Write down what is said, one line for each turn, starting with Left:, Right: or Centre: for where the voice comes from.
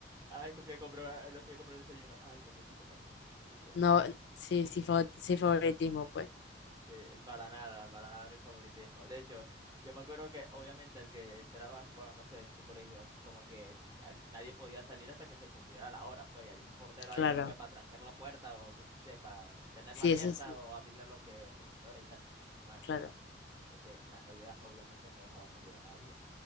Right: Ay, es que fui a comprar, no fui a comprar el desayuno. Ay, pobrecito, pasa. Y, y así.
Left: No, sí, sí, fa- sí, favoritismo, pues.
Right: Sí, para nada, para nada mi favoritismo. De hecho, yo me acuerdo que obviamente el que entraba, bueno, no sé, en tu colegio, como que es- a- nadie podía salir hasta que se cumpliera la hora, pues, y había un portero ahí
Left: Claro.
Right: como que para trancar la puerta o yo qué sé, para tenerla
Left: Sí,
Right: abierta
Left: eso sí,
Right: o abrirla a los que profesores y tal. Bueno,
Left: claro.
Right: entonces na- ella obviamente no dejaba salir a nadie.